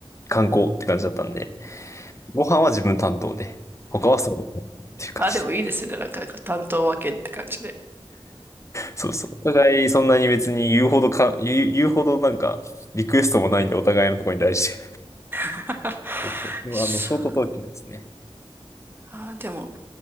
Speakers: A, on the left (about 30°); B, on the right (about 20°).
A: 観光って感じだったんで、ご飯は自分担当で、他はそのっていう感じで。
B: あ、でもいいですね。なんか、なんか担当分けって感じで。
A: そうそう。お互いそんなに別に言うほどか、言う、言うほどなんかリクエストもないんで、お互いのところに対して。
B: <laughs>
A: そうそう。
B: そう
A: あの、ショートトークですね。
B: あ、でも、